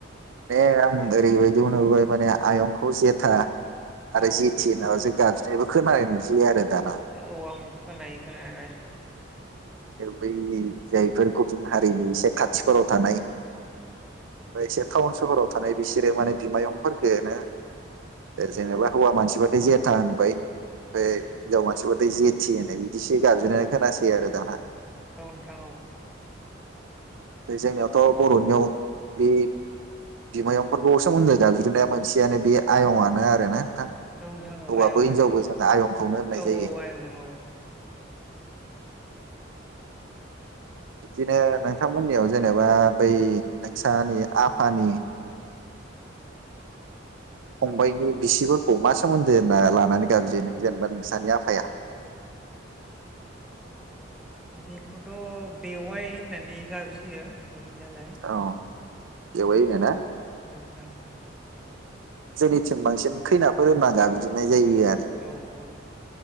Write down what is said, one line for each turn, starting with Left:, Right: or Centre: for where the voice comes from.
Right: आं ओरैबायदिनोाय माने आयं जेथा आरो
Centre: औ
Right: जेथि
Centre: नोंथां
Right: नाबासो
Centre: औ
Right: गाबज्रिनायबो खोनानाय नुसयो आरो दाना
Centre: औ आो खोनायो खोनायालाय थां
Right: बै जायफोर गुबुन हारिनि एसे खाथिफोराव थानाय। मफ्राय एसे टाउन सहराव थानाय बिसोरो माने बिमायंफोरफोरखौनो जेनेबा हौवा मानसिबथाय जेथा होनबाय ओमफ्राय हिनजाव मानसिफोरथ' जेथि होननाय बिदिसो गाबज्रिनानै खोनासै आरो दाना
Centre: औ नोंथां औ।
Right: जोंनियावथ' बर'नियाव बे बिमायंफोरखौसो सोमोनदो गाबज्रिनाया मोनसेयानो बे आयंआनो आरो ना नोंथां।
Centre: औ नोंथां औ
Right: हौवाबो
Centre: आयंआनो
Right: हिनजावबो जोङो आयंखौनो होननाय
Centre: औ
Right: जायो।
Centre: औ औ औ।
Right: बिदिनो नोंथांमोननियाव जेनेबा बै नोंसानि आफानि फंबाइनि बिसिफोरखौ मा सोमोन्दो होनना लानानै गाब जे नों जेनेबा नोंसानि आफाया
Centre: बेखौथ' बेवाइ होननानै गाब्रियो गाबज्रिनायालाय
Right: औ बेवाय होनो ना
Centre: औ नोंथां।
Right: जोंनिथिं बांसिन खैनाफोर होनना गाबजोबनाय जायो आरो
Centre: औ औ औ।